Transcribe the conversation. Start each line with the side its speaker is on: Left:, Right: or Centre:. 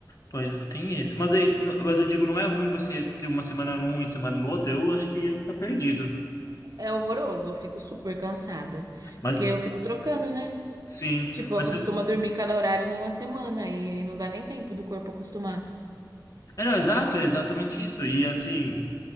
Left: Pois é, tem isso. Mas, aí, m- mas eu digo, não é ruim você ter uma semana num e semana no outro. Eu acho que ia ficar perdido.
Right: É horroroso, eu fico super cansada.
Left: Mas
Right: Porque eu fico trocando, né?
Left: sim.
Right: Tipo, eu
Left: Mas
Right: acostumo
Left: se-
Right: dormir cada horário numa semana e não dá nem tempo do corpo acostumar.
Left: é, não, exato, é exatamente isso. E assim,